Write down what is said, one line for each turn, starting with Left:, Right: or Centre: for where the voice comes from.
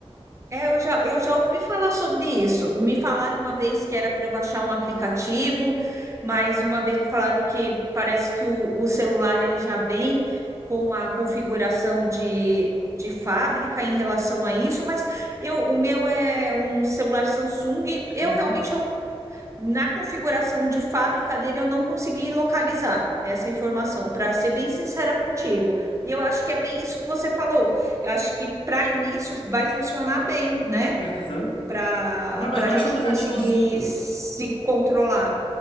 Right: É, eu já, eu já ouvi falar sobre isso. Me falaram uma vez que era para eu baixar um aplicativo, mas uma vez me falaram que parece que o, o celular ele já vem com a configuração de, de fábrica em relação a isso, mas eu, o meu é um celular Samsung. Eu
Left: Uhum.
Right: realmente eu, na configuração de fábrica dele, eu não consegui localizar essa informação, para ser bem sincera contigo. E eu acho que é bem isso que você falou. Eu acho que para início vai funcionar bem, né?
Left: Aham.
Right: Para
Left: Não, mas
Right: para
Left: baixa
Right: a gente
Left: o aplicativozinho.
Right: conseguir se controlar.